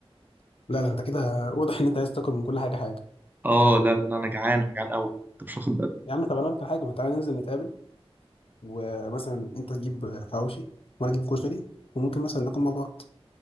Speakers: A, on the left (about 65°); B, on the right (about 20°).
A: لا ده انت كده واضح ان انت عايز تاكل من كل حاجه حاجه
B: اه لا لا لا انا جعان انا جعان قوي انت مش واخد بالك
A: يا عم طب انا اقول لك على حاجه ما تعالى ننزل نتقابل ومثلا انت تجيب حواوشي وانا اجيب كشري وممكن مثلا ناكل مع بعض